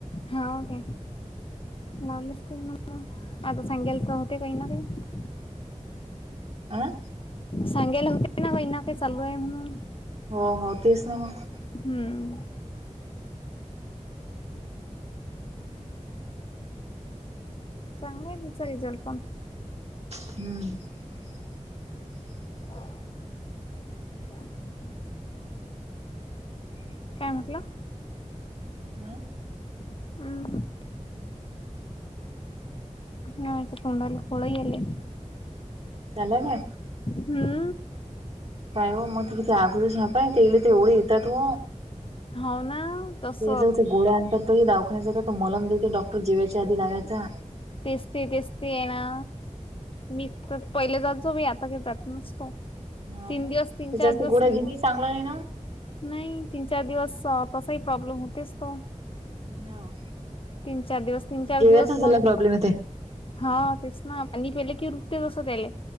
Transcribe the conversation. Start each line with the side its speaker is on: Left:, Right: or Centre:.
Left: हा ओके लावलेच ते म आता सांगायल का होते काही ना काही
Right: आं
Left: सांगेल होते नानाक चालू आहे म्हणून
Right: हो हो तेच ना मग
Left: हम्म चांगला आहे तिचा रिझल्ट पण
Right: हम्म <unintelligible> <inaudible>
Left: मु काय म्हटलं
Right: ह
Left: ह हच तडला कोळगले
Right: चाला का
Left: हा
Right: काय मग तेिती आगरच नापय तेले ते एवढे येतताातो
Left: हो ना तस
Right: ते ज हो गोड आणतात त दाखण्याचा हो मलम देते डॉक्टर जेवाच्या आधी लागयचा
Left: तेचते तेचते आहे ना मी तर पहिले जात जो मी आता क जात नसतो
Right: हाव
Left: तीन
Right: ना
Left: दिवस तीन
Right: ते
Left: चार
Right: जास्त
Left: दिवस
Right: गोळ्या
Left: समजा
Right: घेणे चांगलं नाही
Left: नाही तीन चार दिवस तसाही प्रॉब्लेम होतेस तो
Right: ना हो
Left: तीन चार दिवस तीन चार
Right: जेवायचाच
Left: दिवस
Right: झाला
Left: मग
Right: प्रॉब्लेम
Left: हा तेच ना पनी पेले की रुत्य जस त्याले.